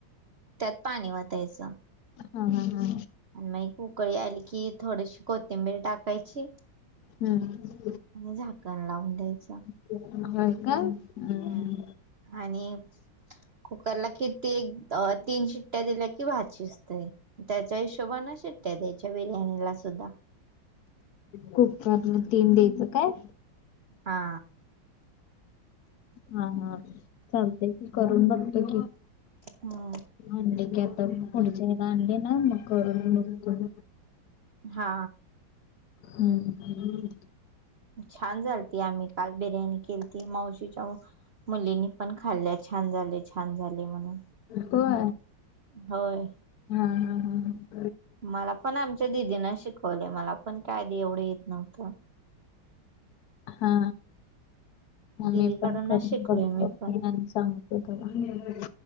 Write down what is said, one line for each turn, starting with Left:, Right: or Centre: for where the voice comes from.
Right: त्यात पाणी वतायचं
Left: हा हा हा
Right: आणि मग वूकळी आली की थोडशी कोथिंबीर टाकायची
Left: हम्म
Right: आणि झाकण लावून द्यायच
Left: काय का हम्म
Right: हम् आणि कुकरला कि ते एक तीन शिट्ट्या दिल्या कि भाच शिजतय त्याच्या हिशोबा न शट्ट्या त्याच्या बिर्याणीला सुद्धा
Left: कुकरण तीन द्यायचं काय
Right: हा
Left: हा हा चालतय की करून बघतो कि
Right: हम्म.
Left: हंड कता पुडीचला अंी ना म मुक
Right: हा
Left: हम्म
Right: छान झालती आम्ही काल बिर्याणी केलीती मावशीच्या मुलीनी पण खाल्ल्या छान झाले छान झाले म्हणून
Left: कवा
Right: होय
Left: हा हा हम ह
Right: मला पण आमच्या दिदीना शिकवले मला पण कायधी एवढं येत नव्हतं
Left: हा आम्ही
Right: दिदीकडूनच
Left: पण करून
Right: शिकलोय
Left: बघतो
Right: मी पण.
Left: आणि सांगतो हम्